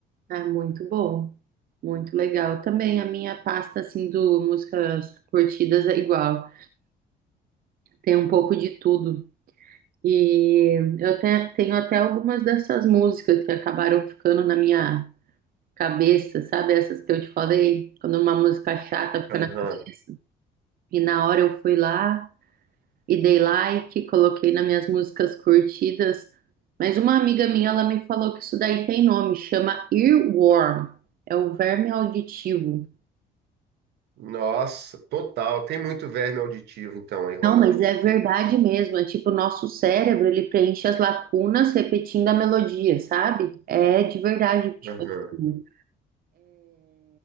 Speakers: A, on the right (about 60°); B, on the right (about 75°).
A: é muito bom, muito legal. Também a minha pasta, assim, do músicas curtidas é igual, tem um pouco de tudo. E eu até, tenho até algumas dessas músicas que acabaram ficando na minha cabeça, sabe? Essas que eu te falei, quando uma música chata fica
B: Aham.
A: na cabeça. E na hora eu fui lá. e dei like, coloquei nas minhas músicas curtidas. Mas uma amiga minha, ela me falou que isso daí tem nome, chama earworm, é o verme auditivo.
B: Nossa, total. Tem muito verme auditivo, então, aí rolando.
A: Não, mas é verdade
B: Que-
A: mesmo, é tipo o nosso cérebro, ele preenche as lacunas repetindo a melodia, sabe? É de verdade, tipo
B: Aham.
A: assim,